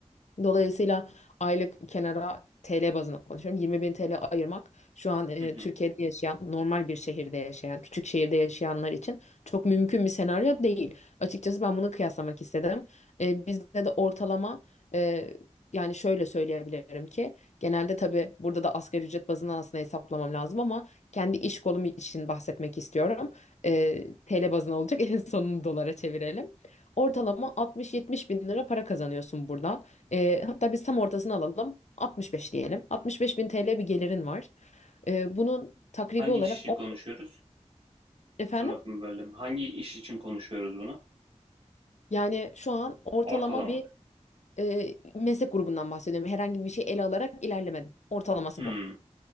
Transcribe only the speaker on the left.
Dolayısıyla aylık kenara TL bazında konuşuyorum. 20 bin TL ayırmak şu an e,
Türkiye'de yaşayan, normal bir şehirde yaşayan, küçük şehirde yaşayanlar için çok mümkün bir senaryo değil. Açıkçası ben bunu kıyaslamak istedim. E, bizde de ortalama e, yani şöyle söyleyebilirim ki genelde tabii burada da asgari ücret bazından aslında hesaplamam lazım ama kendi iş kolum için bahsetmek istiyorum. E, TL bazına olacak <laughs> en sonunu dolara çevirelim. Ortalama 60-70 bin lira para kazanıyorsun burada. Ee, hatta biz tam ortasını alalım. 65 diyelim. 65 bin TL bir gelirin var. Ee, bunun takribi
olarak
on-
efendim
yani şu an ortalama
bir e, meslek grubundan bahsediyorum. Herhangi bir şey ele alarak ilerlemedim. Ortalaması
bu.